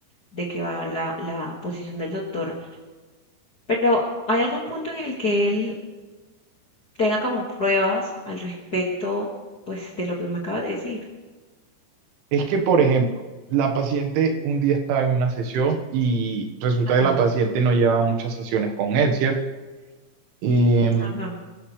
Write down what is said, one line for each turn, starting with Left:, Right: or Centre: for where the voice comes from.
Left: de qué va la, la posición del doctor. Pero ¿hay algún punto en el que él tenga como pruebas al respecto, pues, de lo que me acabas de decir?
Right: Es que, por ejemplo, la paciente un día estaba en una sesión y resulta
Left: Ajá,
Right: que la paciente no llevaba muchas sesiones con él, ¿cierto? Em,
Left: ajá,